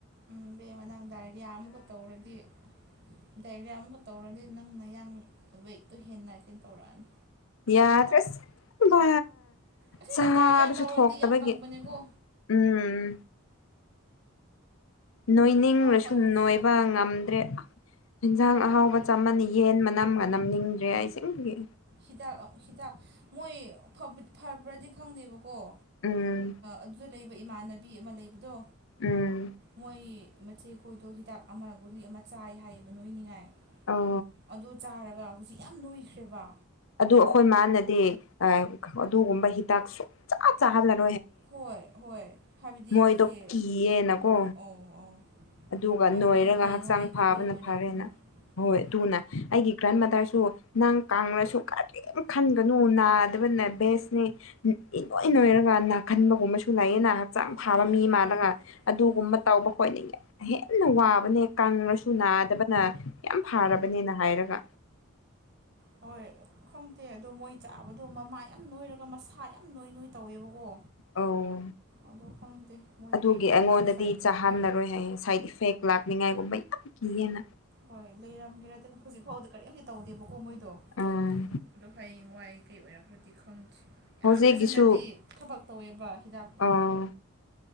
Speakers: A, on the right (about 50°); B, on the left (about 70°).
A: ꯎꯝ ꯕꯦꯃ ꯅꯪ ꯗꯥꯏꯔꯤꯌꯥ ꯑꯃꯨꯛꯀ ꯇꯧꯔꯗꯤ ꯗꯥꯏꯔꯤꯌꯥ ꯑꯃꯨꯛꯀ ꯇꯧꯔꯗꯤ ꯅꯪ ꯅꯌꯥꯡ ꯋꯦꯠꯇꯣ ꯍꯦꯟꯅ ꯀꯦꯟ ꯇꯧꯔꯛꯑꯅꯤ
B: ꯌꯥꯗꯔꯦ ꯑꯁ ꯏꯡꯕ
A: ꯑꯁꯦꯡꯕ
B: ꯆꯥꯔꯁꯨ
A: ꯗꯥꯏꯔꯤꯌꯥ ꯇꯧꯔꯗꯤ
B: ꯊꯣꯛꯇꯕꯒꯤ
A: ꯌꯥꯝ ꯀꯪꯕꯅꯦꯀꯣ
B: ꯎꯝ ꯅꯣꯏꯅꯤꯡꯔꯁꯨ
A: ꯍꯥꯎ ꯍꯥꯎꯕ
B: ꯅꯣꯏꯕ
A: ꯆꯥꯔꯣ
B: ꯉꯝꯗ꯭ꯔꯦ ꯍꯤꯟꯖꯥꯡ ꯑꯍꯥꯎꯕ ꯆꯥꯃꯟꯅꯦ ꯌꯦꯟ ꯃꯅꯝꯒ ꯅꯝꯅꯤꯡꯗ꯭ꯔꯦ ꯑꯩꯁꯦꯡꯕꯒꯤ
A: ꯍꯤꯗꯥꯛ ꯍꯤꯗꯥꯛ ꯃꯣꯏ ꯐꯕꯨꯠ ꯐꯕ꯭ꯔꯗꯤ ꯈꯪꯗꯦꯕꯛ ꯑꯣ
B: ꯎꯝ
A: ꯑꯗꯨꯗ ꯂꯩꯕ ꯏꯃꯥꯟꯅꯕꯤ ꯑꯃ ꯂꯩꯕꯗꯣ
B: ꯎꯝ
A: ꯃꯣꯏ ꯃꯆꯦ ꯈꯣꯏꯗꯣ ꯍꯤꯗꯥꯛ ꯑꯃ ꯒꯨꯂꯤ ꯑꯃ ꯆꯥꯏ ꯍꯥꯏꯌꯦꯕ ꯅꯣꯏꯅꯤꯉꯥꯏ
B: ꯑꯣ
A: ꯑꯗꯨ ꯆꯥꯔꯒ ꯍꯧꯖꯤꯛ ꯌꯥꯝ ꯅꯣꯏꯈ꯭ꯔꯦꯕ
B: ꯑꯗꯨ ꯑꯩꯈꯣꯏ ꯃꯥꯅꯗꯤ ꯑꯗꯨꯒꯨꯝꯕ ꯍꯤꯗꯥꯛ ꯁꯨꯡꯆꯥꯥ ꯆꯥꯍꯜꯂꯒ
A: ꯍꯣꯏ ꯍꯣꯏ ꯍꯥꯏꯕꯗꯤ
B: ꯃꯣꯏꯗꯣ
A: ꯃꯤꯁꯦ
B: ꯀꯤꯌꯦꯅꯀꯣ
A: ꯑꯣ ꯑꯣ
B: ꯑꯗꯨꯒ
A: ꯍꯥꯏꯕꯗꯤ
B: ꯅꯣꯏꯔꯒ
A: ꯍꯌꯦꯡꯋꯥꯏ
B: ꯍꯛꯆꯥꯡ
A: ꯀꯔꯤ
B: ꯐꯥꯕꯅ
A: ꯑꯣꯏꯔꯛꯀꯦꯔꯥ
B: ꯐꯔꯦꯅ ꯍꯣꯏ
A: ꯎꯝ
B: ꯑꯗꯨꯅ ꯑꯩꯒꯤ ꯒ꯭ꯔꯥꯟ ꯃꯥꯗꯔꯁꯨ ꯅꯪ ꯀꯥꯡꯉꯁꯨ ꯀꯔꯤꯝ ꯈꯟꯒꯅꯨ ꯅꯥꯗꯕꯅꯦ ꯕꯦꯁꯅꯦ ꯏꯅꯣꯏ ꯅꯣꯏꯔꯒ ꯈꯟꯕꯒꯨꯝꯕꯁꯨ ꯂꯩꯌꯦꯅ ꯍꯛꯆꯥꯡ ꯐꯥꯕ
A: ꯎꯝ ꯎꯝ
B: ꯃꯤ ꯃꯥꯜꯂꯒ ꯑꯗꯨꯒꯨꯝꯕ
A: ꯎꯝ
B: ꯇꯧꯕ ꯈꯣꯏꯅ ꯍꯦꯟꯅ ꯋꯥꯕꯅꯦ ꯀꯪꯂꯉꯁꯨ ꯅꯥꯗꯕꯅ ꯌꯥꯝ ꯐꯔꯕꯅꯦꯅ ꯍꯥꯏꯔꯒ
A: ꯍꯣꯏ ꯈꯪꯗꯦ ꯑꯗꯣ ꯃꯣꯏ ꯆꯥꯕꯗꯣ ꯃꯃꯥ ꯌꯥꯝ ꯅꯣꯏꯔꯒ ꯃꯁꯥ ꯌꯥꯝ ꯅꯣꯏ ꯅꯣꯏ ꯇꯧꯋꯦꯕꯀꯣ
B: ꯑꯧ
A: ꯑꯗꯣ ꯈꯪꯗꯦ ꯃꯣꯏ
B: ꯑꯗꯨꯒꯤ
A: ꯍꯌꯦꯡꯋꯥꯏ
B: ꯑꯩꯉꯣꯟꯗꯗꯤ
A: ꯁꯥꯏꯠ
B: ꯆꯥꯍꯜꯂꯔꯣꯏ
A: ꯏꯐꯦꯛ
B: ꯍꯥꯏꯌꯦ ꯁꯥꯏꯠ ꯏꯐꯦꯛ ꯂꯥꯛꯅꯤꯡꯉꯥꯏꯒꯨꯝꯕ ꯀꯤꯌꯦꯅ
A: ꯍꯣꯏ ꯂꯩꯔꯝꯒꯦꯔꯥꯗꯅ ꯍꯧꯖꯤꯛ ꯐꯥꯎꯕꯗ ꯀꯔꯤꯝꯇ ꯇꯧꯗꯦꯕꯀꯣ ꯃꯣꯏꯗꯣ
B: ꯎꯝ
A: ꯑꯗꯣ ꯍꯌꯦꯡ ꯋꯥꯏ ꯀꯩ ꯑꯣꯏꯔꯛꯈ꯭ꯔꯗꯤ ꯈꯪꯗꯦ ꯌꯥꯝ
B: ꯍꯧꯖꯤꯛꯀꯤꯁꯨ
A: ꯐꯖꯅꯗꯤ ꯊꯕꯛ ꯇꯧꯋꯦꯕ ꯍꯤꯗꯥꯛꯇꯣ
B: ꯑꯥ